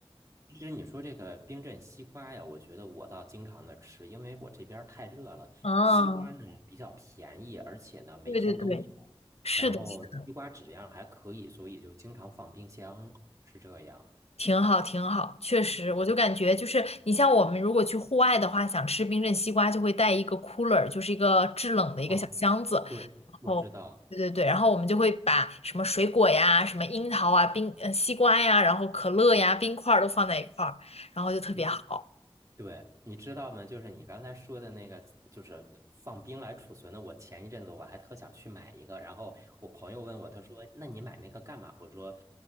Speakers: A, on the right; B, on the left.
A: 其实你说这个冰镇西瓜呀，我觉得我倒经常的吃，因为我这边儿太热了。
B: 嗯，
A: 西瓜呢比较便宜，而且呢每天都有，
B: 对对对，是的，
A: 然后西瓜质量还可以，
B: 是的，
A: 所以就经常放冰箱，是这样。
B: 挺好，挺好，确实，
A: 嗯，
B: 我就感觉就是你像我们如果去户外的话，想吃冰镇西瓜，就会带一个 cooler，就是一个制冷的一个小箱子，
A: 啊，对，我知道。
B: 后，对对对，然后我们就会把什么水果呀、什么樱桃啊、冰呃西瓜呀，然后可乐呀、冰块儿都放在一块儿，然后就特别好。
A: 嗯，对，你知道吗？就是你刚才说的那个，就是放冰来储存的。我前一阵子我还特想去买一个，然后我朋友问我，他说：“那你买那个干嘛？”我说：